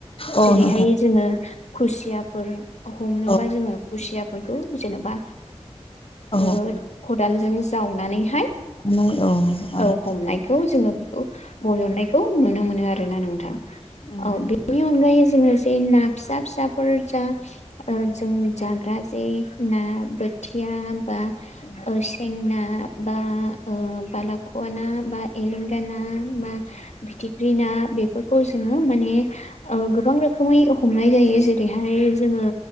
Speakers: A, on the left (about 50°); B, on the left (about 75°).
A: औ
B: जेरैहाय
A: नोंथां
B: जोङो खुसियाफोर हमनोबा
A: औ
B: जोङो खुसिया फोरखौ जेनेबा
A: औ
B: ओ-खदालजों जावनानै हाय
A: नानै औ आरो
B: औ हमनायखौ जोङो बेखौ बजननायखौ नुनो मोनो आरोना नोंथां।
A: उम
B: औ बेनि अनगायै जोङो जे ना फिसा फिसाफोर जा ओ-जों जाग्रा जे ना बोथिया बा
A: उम
B: ओ-सें ना बा ओ-बालाख'व ना बा एलेंगाना बा फिथिख्रि ना बेफोरखौ जोङो माने गोबां रोखोमै हमनाय जायो जेरैहाय जोङो